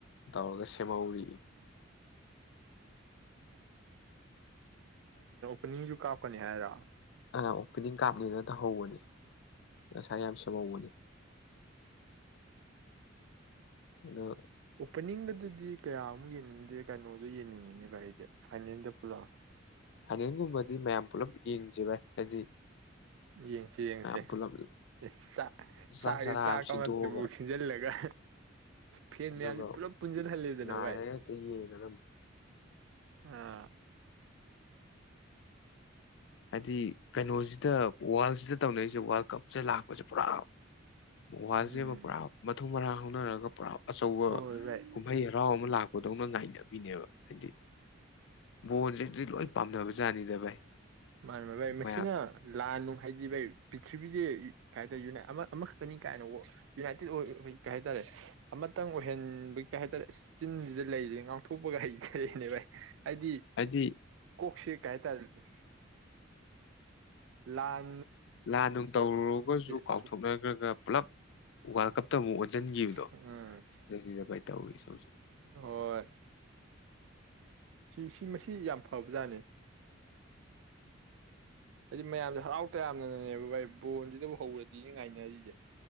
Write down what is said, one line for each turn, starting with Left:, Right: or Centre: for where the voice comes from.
Left: ꯇꯧꯔꯒ ꯁꯦꯝꯍꯧꯔꯤ
Right: ꯎꯅꯤꯁꯨ ꯀꯥ ꯀꯀꯅꯤ ꯍꯥꯏꯔ
Left: ꯑ ꯑꯣꯄꯦꯅꯤꯡ ꯀꯥꯞꯅꯤꯅ ꯇꯧꯍꯧꯕꯅꯤ ꯉꯁꯥꯏ ꯌꯥꯝ ꯁꯦꯝꯍꯧꯕꯅꯤ ꯑꯩꯅꯣ
Right: ꯑꯣꯄꯅꯤꯡꯗ ꯑꯗꯨꯗꯤ ꯀꯌꯥꯃꯨꯛ ꯌꯦꯡꯅꯤꯡꯦ ꯗꯤ ꯀꯩꯅꯣꯗꯣ ꯌꯦꯡꯅꯤꯡꯉꯤꯅꯦꯕ ꯑꯩꯗꯤ ꯐꯅꯤꯟ ꯇ ꯄꯨꯂꯣ
Left: ꯐꯥꯏꯅꯜꯒꯨꯝꯕꯗꯤ ꯃꯌꯥꯝ ꯄꯨꯂꯞ ꯌꯦꯡꯖꯕ ꯍꯥꯏꯗꯤ
Right: ꯌꯦꯡꯁꯤ ꯌꯦꯡꯁꯤ
Left: ꯃꯌꯥꯝ ꯄꯨꯂꯞ
Right: ꯑꯦ ꯆꯥꯛ
Left: ꯆꯥꯛ
Right: ꯆꯥꯛꯁꯦ
Left: ꯆꯔꯥ
Right: ꯆꯥꯛꯕꯨꯥꯎ
Left: ꯑꯃ ꯁꯤꯟꯗꯣꯛꯑꯒ
Right: ꯁꯤꯟꯖꯜꯂꯒ ꯐꯦꯟ
Left: ꯑꯗꯨꯒ
Right: ꯃꯌꯥꯝꯁꯤꯦ ꯄꯨꯂꯞ ꯄꯨꯟꯁꯤꯟꯍꯜꯂꯤꯗꯅ
Left: ꯉꯥꯏꯔꯒ
Right: ꯚꯥꯏ
Left: ꯍꯦꯛꯇ ꯌꯦꯡꯒꯗꯕꯅꯤ
Right: ꯑꯥ
Left: ꯍꯥꯏꯗꯤ ꯀꯩꯅꯣꯁꯤꯗ ꯋꯥꯔꯜꯁꯤꯗ ꯇꯧꯅꯔꯤꯁꯦ ꯋꯥꯔꯜ ꯀꯞꯁꯦ ꯂꯥꯛꯄꯁꯦ ꯄꯨꯔꯥ ꯋꯥꯜꯁꯤꯕ
Right: ꯎꯝ
Left: ꯄꯨꯔꯥ ꯃꯊꯨ ꯃꯔꯥꯡ ꯍꯧꯅꯔꯒ ꯄꯨꯔꯥ ꯑꯆꯧꯕ
Right: ꯍꯣꯏ ꯚꯥꯏ
Left: ꯀꯨꯝꯍꯩ ꯍꯔꯥꯎ ꯑꯃ ꯂꯥꯛꯄꯗꯧꯅ ꯉꯥꯏꯅꯕꯤꯅꯦꯕ ꯍꯥꯏꯗꯤ ꯕꯣꯟꯁꯤꯗꯤ ꯂꯣꯏ ꯄꯥꯝꯅꯕꯖꯥꯅꯤꯗ ꯚꯥꯏ
Right: ꯃꯥꯅꯦ ꯃꯥꯚꯥꯏ ꯃꯁꯤꯅ
Left: ꯃꯌꯥꯝ
Right: ꯂꯥꯟꯅꯨ ꯍꯥꯏꯗꯤ ꯚꯥꯏ ꯄ꯭ꯔꯤꯊꯤꯔꯤꯕꯕꯤꯁꯦ ꯀꯩ ꯍꯥꯏꯇꯥꯔꯦꯨꯅꯥꯏ ꯑꯃꯈꯛꯇꯅꯤ ꯀꯥꯏꯅꯕꯨ ꯌꯨꯅꯥꯏꯇꯦꯠ ꯑꯣꯏ ꯀꯩ ꯍꯥꯏꯇꯥꯔꯦ ꯑꯃꯇꯪ ꯑꯣꯏꯍꯟꯕꯒꯤ ꯀꯩ ꯍꯥꯏꯇꯥꯔꯦ ꯆꯤꯟꯗꯨꯗ ꯂꯩꯔꯤ ꯉꯥꯡꯊꯣꯛꯄꯒ ꯍꯥꯏ ꯂꯩꯅꯦ ꯚꯥꯏ ꯍꯥꯏꯗꯤ
Left: ꯍꯥꯏꯗꯤ
Right: ꯀꯣꯛꯁꯦ ꯀꯩ ꯍꯥꯏꯇꯥꯔꯦꯅꯦ <inaudible> ꯂꯥꯁ
Left: ꯂꯥꯟ ꯅꯨꯡ ꯇꯧꯔꯨꯔꯒꯁꯨ ꯀꯥꯎꯊꯣꯛꯅꯈ꯭ꯔꯒ
Right: ꯑꯁ
Left: ꯄꯨꯂꯞ ꯋꯥꯔꯜ ꯀꯞꯇ ꯑꯃꯨꯛ ꯑꯣꯟꯁꯤꯟꯈꯤꯕꯗꯣ
Right: ꯎꯝ
Left: ꯅꯗ ꯇꯧꯔꯤꯁ ꯍꯧꯖꯤꯛ
Right: ꯍꯣꯏ ꯁꯤ ꯁꯤ ꯃꯁꯤ ꯌꯥꯝ ꯐꯕꯖꯥꯠꯅꯦ ꯍꯥꯏꯗꯤ ꯃꯌꯥꯝꯁꯦ ꯍꯔꯥꯎ ꯇꯌꯥꯝꯅꯅꯅꯦꯕ ꯚꯥꯏ ꯕꯣꯟꯁꯤꯗꯕꯨ ꯍꯧꯔꯗꯤꯅꯦ ꯉꯥꯏꯅꯔꯤꯁꯦ